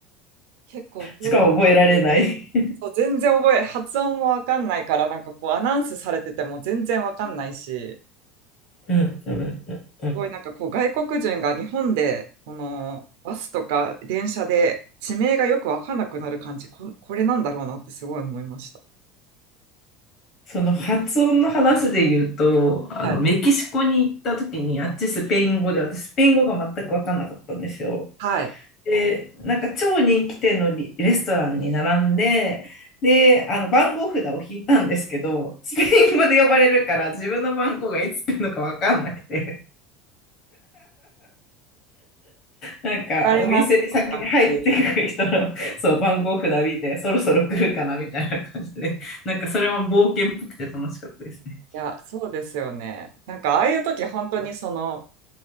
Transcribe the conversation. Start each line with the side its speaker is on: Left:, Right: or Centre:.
Right: 結構そういうのが
Left: しかも覚えられない
Right: そう全然覚え、<laughs> 発音もわかんないから、なんかこうアナウンスされてても全然わかんないし、
Left: <laughs>。うんうんうんうん。
Right: すごいなんかこう外国人が日本で、このバスとか電車で地名がよくわかんなくなる感じ、こ、これなんだろうなってすごい思いました。
Left: その発音の話で言うと、あの、
Right: はい。
Left: メキシコに行った時に、あっちスペイン語で、私スペイン語が全く分かんなかったんですよ。
Right: はい。わ
Left: で、なんか超人気店のリレストランに並んで、で、あの番号札を引いたんですけど、スペイン語で呼ばれるから自分の番号がいつ来るのか分かんなくて、なんかお店に先に入ってくる人のそう番号札見て、
Right: かります、その感じ。い
Left: そろそろ来るかなみたいな感じで、なんかそれも冒険っぽくて楽しかったですね。
Right: や、そうですよね。なんかああいう時本当にその